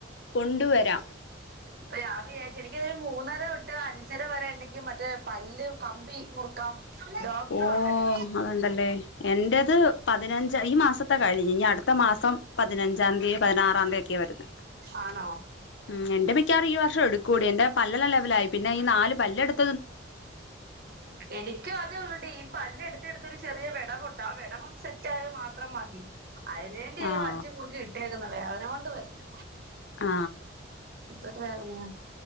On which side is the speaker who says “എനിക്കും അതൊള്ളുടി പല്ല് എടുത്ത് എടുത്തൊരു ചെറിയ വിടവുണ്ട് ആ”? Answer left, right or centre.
Right